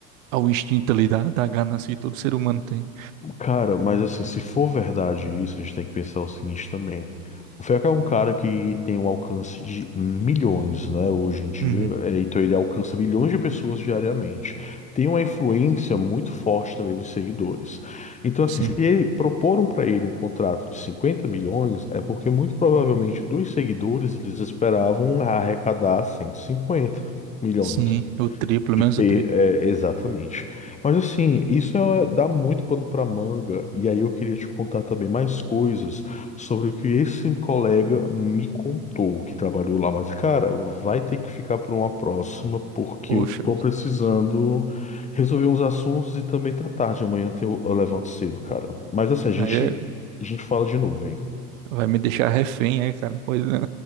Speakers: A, on the right; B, on the left.
A: ao instinto ali da, da ganância que todo ser humano tem.
B: Cara, mas assim, se for verdade isso, a gente tem que pensar o seguinte também. O FECA é um cara que tem um alcance de milhões, né, hoje em dia.
A: Uhum,
B: É, Então ele alcança milhões de pessoas diariamente. Tem uma influência muito forte também dos seguidores. Então, assim,
A: sim,
B: se ele- proporam para ele um contrato de 50 milhões, é porque muito provavelmente dos seguidores eles esperavam arrecadar cento e cinquenta milhões.
A: sim, o triplo,
B: De
A: menos
B: P,
A: o triplo.
B: é, exatamente. Mas assim, isso é- dá muito pano para manga, e aí eu queria te contar também mais coisas sobre o que esse colega me contou que trabalhou lá. Mas, cara, vai ter que ficar para uma próxima, porque
A: Poxa,
B: eu tô precisando resolver uns assuntos e também tá tarde. Amanhã eu, eu levanto cedo, cara. Mas assim, a gente,
A: aí é-
B: a gente fala de novo, hein?
A: vai me deixar refém aí, cara. Pode não.